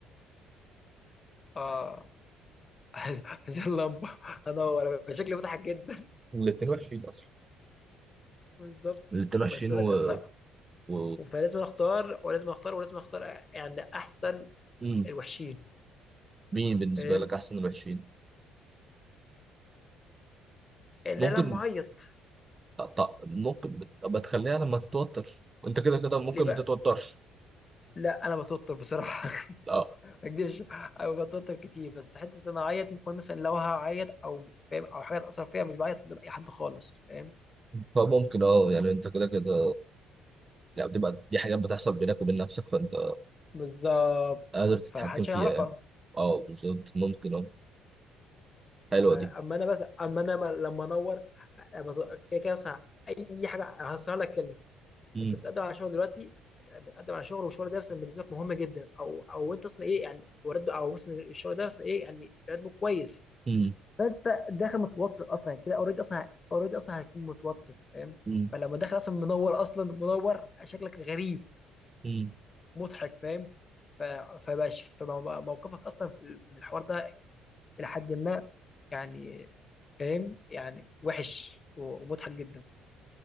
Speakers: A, on the left (about 35°); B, on the right (about 25°).
A: اه <laughs> زي اللمبه هنور أنا شكلي مضحك جدا
B: الاتنين وحشين أصلا
A: <laughs> بالظبط
B: اللي قدام 20
A: بس لك
B: و,
A: اختار
B: و...
A: فلازم اختار ولازم اختار ولازم اختار يعني احسن
B: مم.
A: الوحشين
B: مين بالنسبة
A: فاهم
B: لك أحسن من 20
A: ان
B: ممكن
A: انا معيط
B: أط- ممكن بت- أبقى تخليها لما تتوتر وأنت كده كده ممكن
A: ليه بقى
B: ما تتوترش
A: لا انا بتوتر بصراحه <laughs>
B: لا
A: ما اكدبش انا بتوتر كتير بس حته ان انا اعيط ممكن مثلا لو هعيط او فاهم او حاجه تاثر فيها مش بعيط قدام اي حد خالص فاهم
B: فممكن اه يعني أنت كده كده يعني بتبقى دي حاجات بتحصل بينك وبين نفسك فأنت
A: بالظبط
B: قادر تتحكم
A: فمحدش
B: فيها
A: هيعرفها
B: يعني اه بالظبط ممكن اه حلوة
A: فاما
B: دي
A: انا بس اما انا لما انور لما ت- كده كده مثلا اي حاجه هسهل لك كلمه
B: مم.
A: انت بتقدم على شغل دلوقتي بت- بتقدم على شغل والشغل ده مثلا بالنسبه لك مهم جدا او او انت اصلا ايه يعني ورد او مثلا الشغل ده مثلا ايه يعني راتبه كويس
B: مم.
A: فانت داخل متوتر اصلا كده اوريدي اصلا اوريدي اصلا هتكون متوتر فاهم
B: مم.
A: فلما داخل اصلا منور اصلا منور شكلك غريب
B: مم.
A: مضحك فاهم ف- فبقى ش- فموقفك اصلا في الحوار ده إلى حد ما يعني فاهم يعني وحش و- ومضحك جدا